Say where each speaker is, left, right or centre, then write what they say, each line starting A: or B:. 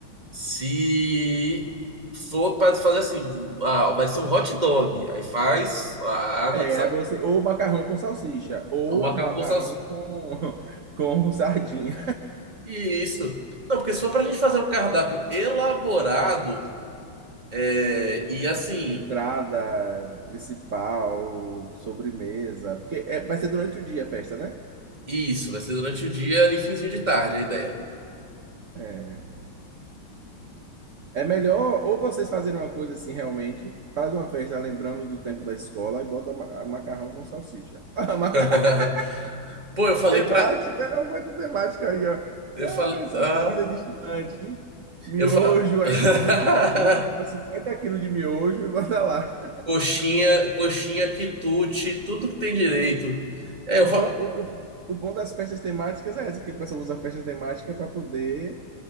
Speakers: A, on the right; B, on the right.
A: se for pra fazer assim, ah, vai ser um hot dog, aí faz a água
B: É,
A: de sal,
B: é você, ou macarrão com salsicha, ou
A: um macarrão
B: macarrão
A: com salsicha.
B: com, <laughs> com sardinha.
A: E isso. Não, porque se for pra gente fazer um cardápio elaborado, é, e assim,
B: Entrada principal, sobremesa, porque é- vai ser durante o dia a festa, né?
A: isso, vai ser durante o dia, ali finzinho de tarde a ideia.
B: É. É melhor ou vocês fazerem uma coisa assim realmente, faz uma festa lembrando do tempo da escola e bota ma- a macarrão com salsicha. <laughs> Ah, maca-
A: <laughs> Pô,
B: <laughs>
A: eu falei
B: Temática,
A: pra
B: não foi temática aí, ó.
A: Eu
B: Ah,
A: falo.
B: é só
A: Ah,
B: comida de estudante. Miojo,
A: eu falo. <laughs>
B: aí vocês a gente faz tudo, a gente compra 50 quilos de miojo e bota lá.
A: Coxinha, coxinha, quitute, tudo que tem direito.
B: É.
A: É,
B: O
A: eu fa...
B: bom, o, o, o bom das festas temáticas é essa, que o pessoal usa a festa temática para poder